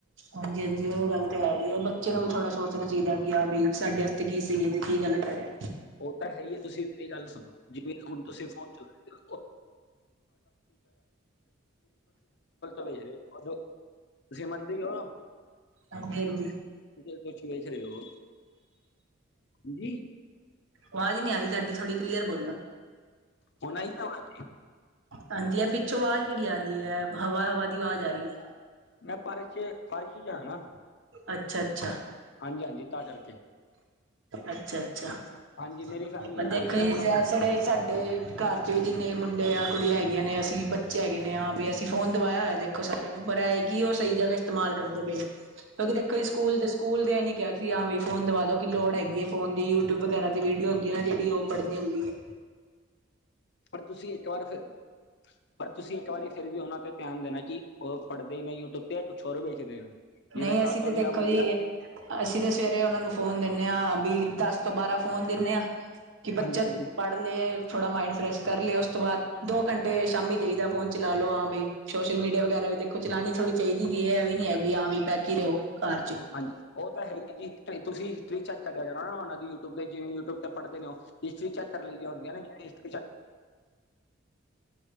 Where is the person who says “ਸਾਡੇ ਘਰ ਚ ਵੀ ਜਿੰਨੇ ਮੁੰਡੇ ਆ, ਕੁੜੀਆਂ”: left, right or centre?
Right